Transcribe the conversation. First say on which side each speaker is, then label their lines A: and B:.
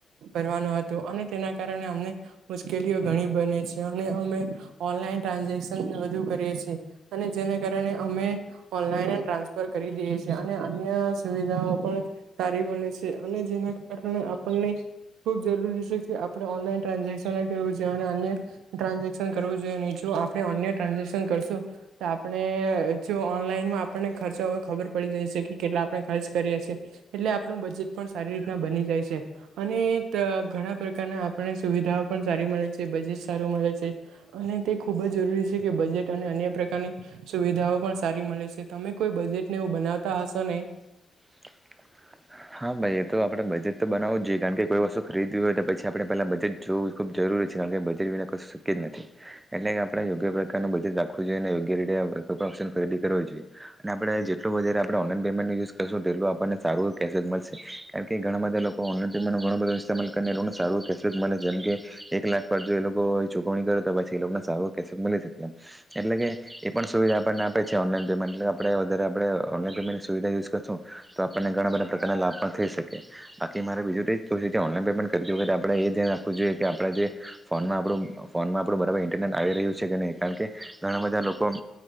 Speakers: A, on the right; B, on the right.
A: કરવાનું હતું અને તેના કારણે અમને મુશ્કેલીઓ ઘણી બને છે અને અમે ઓનલાઈન. ટ્રાન્ઝેક્શન વધુ કરી અને જેને કારણે અમે ઓનલાઈન ટ્રાન્સફર કરી દઈએએ. અને અન્ય સુવિધાઓ પણ સારી મળે છે અને જેના કારણે આપણને ખુબ જરૂરી છે કે આપણે ઓનલાઈન ટ્રાન્ઝેક્શન કરવું જોઈએ અને અન્ય ટ્રાન્ઝેક્શન કરવું જોઈએ નીચું. આપણે અન્ય ટ્રાન્ઝેક્શન કરશું તો આપણે જો ઓનલાઈનમાં આપણને ખર્ચા હો ખબર પડી. દે છે કેટલા આપણે ખર્ચ કરીએ છીએ એટલે આપણું બજેટ પણ સારી રીતે બની જાય છે અને ઘણા પ્રકારના આપને સુવિધાઓ પણ સારી મળે છે બજેટ સારું મળે છે અને તે ખૂબ જ જરૂરી છે કે બજેટ અને અન્ય પ્રકારની સુવિધાઓ પણ સારી મળે તમે કોઈ બજેટ ને એવું બનાવતા હશો ને
B: <inaudible> હા ભાઈ એ તો આપણે બજેટ તો બનાવું જોઈએ કારણ કે કોઈ વસ્તુ ખરીવી હોય તો પછી આપણે પેલા બજેટ જોવું ખૂબ જરૂરી કારણ કે બેટના શક્ય જ નથી એટલે કે આપણે યોગ્ય પ્રકારનું બજેટ રાખવું જોઈએ અને યોગ્ય રીતે ખરી જોએ આપણે જેટ આપણે ઓલાન પેમેન્ટ યુઝશુંટ આપને સારું કેશબેક મળશે કારણ કે ઘણા બધા લોકો ઓનલાઈન ટીમનો ઘણું બધો ઇસ્તેમાલ કરીને એ લોકોને સારું ક કેશબેક મળે છે જેમ કે એક લાખ પર જો એ લોકો ચૂકવણી કરે તો પછી એ લોકોને સારો કે મળી શકે એમ એટલે કે એ પણ સુવિધા આપણને આપે છે ઓનલાઈન પેમેન્ટ એટલે આપણે વધારે આપણે ઓનઈન પેમમેન્ટની સુવધા યુઝ કરશું તો આપણને ઘણા બધા કાર લાભ પણ થઈ શકે બાકી મારે બીજું તો જ ઓનલાન પેમેન્ટ કરું આપણે એ ધ્યાન રાખવું જોઈએ કે આપણે જે ફોનમાં આપણું ફોનમાં આપણું બરાબર ઇન્ટરનેટ આવી રહ્યું છે કે નહીં કારણ કે ઘણા બધા લોકો